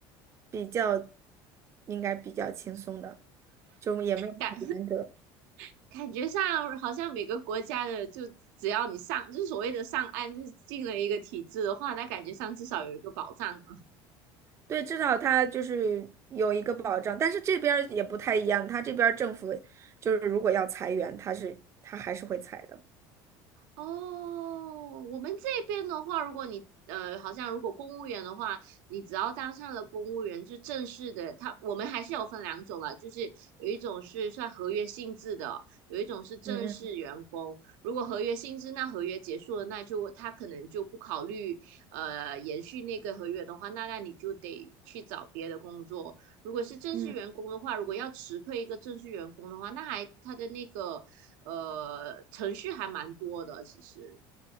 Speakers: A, on the right; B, on the right.
A: 比较应该比较轻松的，就也没有很严格。
B: 感 <laughs> 感觉上好像每个国家的，就只要你上，就是所谓的上岸，就是进了一个体制的话，那感觉上至少有一个保障
A: 对，至少他就是有一个保障，但是这边儿也不太一样，他这边儿政府就是如果要裁员，他是他还是会裁的。
B: 哦，我们这边的话，如果你呃，好像如果公务员的话，你只要当上了公务员，就正式的，他我们还是有分两种啦，就是有一种是算合约性质的，有一种是正式员工。
A: 嗯嗯
B: 如果合约性质，那合约结束了，那就他可能就不考虑呃延续那个合约的话，那那你就得去找别的工作。如果是正式员工的话，
A: 嗯。
B: 如果要辞退一个正式员工的话，那还他的那个呃，程序还蛮多的，其实。